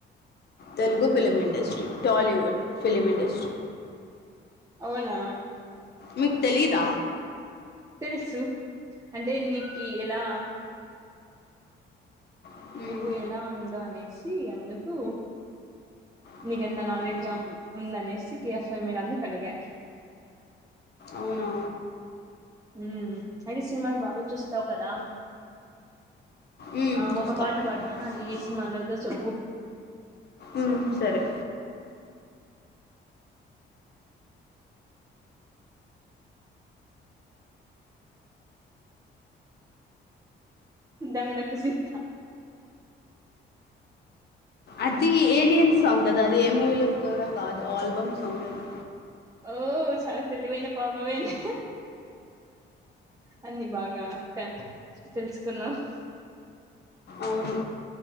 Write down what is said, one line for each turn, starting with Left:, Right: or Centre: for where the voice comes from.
Left: Telugu film industry Tollywood film ఇండస్
Right: అవునా
Left: మీకు తెలీదా
Right: తెలుసు అంటే నీకి ఎలా
Left: ఇప్పుడు మీరు
Right: నీకు ఎలా ఉందో అనేసి అందుకు
Left: మ్యారేజ్
Right: నీకు ఎంత నాలెడ్జ్ అం ఉందనేసి టి ఎఫ్ ఐ మీద అందు కడిగా
Left: అవునా
Right: ఉమ్ అయితే సినిమాలు బాగా చూస్తావు కదా
Left: ఉమ్
Right: ఆ
Left: చూస్తా
Right: ఒక పాట
Left: డబల్
Right: పాడతాను
Left: డబల్
Right: అది ఏ
Left: సిక్స్
Right: సినిమాలోదో చెప్పు.
Left: ఉమ్ సరే
Right: దమ్మిడక్కు సీత
Left: అది ఏలియన్ సాంగ్ కదా అది ఏ మూవీలో కూడా కాదు ఆల్, బం సాంగ్ అది
Right: ఓ చాలా తెలివైన పాపవేలే అన్ని బాగా కా తెలుసుకున్నావ్
Left: అవును